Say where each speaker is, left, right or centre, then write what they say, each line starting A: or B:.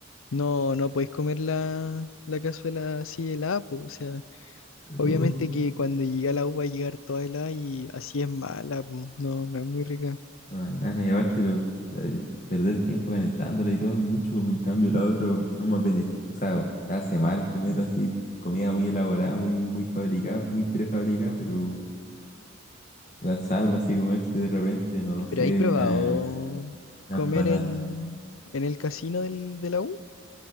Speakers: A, on the left (about 90°); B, on the left (about 40°).
A: No, no podéis comer la, la cazuela así helada, po. O sea.
B: Pero
A: Obviamente que cuando llega la agua va a llegar toda helada y así es mala, po, No, no es muy rica.
B: no dan ganas de llevártelo, eh, perder tiempo calentándola y todo es mucho, en cambio la otra son más beneficios, o sea, hace mal comer así, comida muy elaborada, muy, muy fabricada, muy prefabricada, pero La salva así comerse de repente, no sé,
A: ¿Pero hay probado
B: una, unas
A: comer
B: panas.
A: en, en el casino del, de la U?